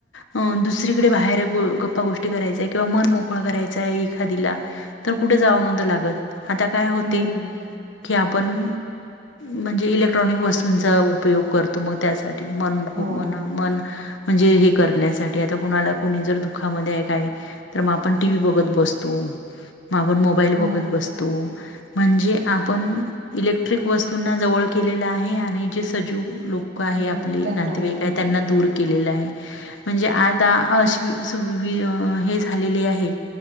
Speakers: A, on the left; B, on the right.
A: अ दुसरीकडे बाहेर गप्पागोष्टी कराय चय किंवा मन मोकळ करायचा एखादीला तर कुठे जाव नव्हत लागत. आता काय होते
B: हम्म.
A: की आपण म्हणजे इलेक्ट्रॉनिक वस्तूंचा उपयोग करतो मग त्यासाठी मन
B: हो.
A: को मनो मन म्हणजे हे करण्यासाठी आता कोणाला कोणी जर दुःखामध्ये आहे काय तर मग आपण टी व्ही बघत बसतो. मग आपण मोबाईल बघत
B: हो,
A: बसतो. म्हणजे आपण इलेक्ट्रिक वस्तुनां जवळ केलेलं आहे आणि जे सजीव लोक लोक आहे आपले,
B: हो त्यांना
A: नातेवाईक
B: दूर
A: आहे त्यांना
B: केलं.
A: दूर केलेला आहे. म्हणजे आता अशी सुवि हे झालेली आहे